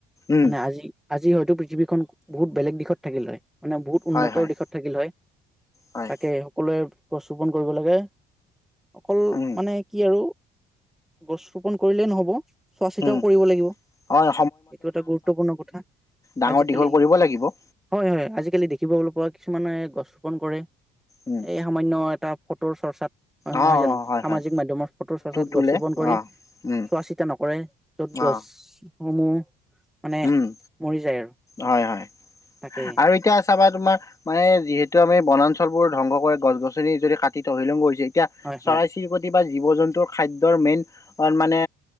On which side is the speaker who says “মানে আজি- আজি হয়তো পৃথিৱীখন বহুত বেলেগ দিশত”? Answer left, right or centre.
Centre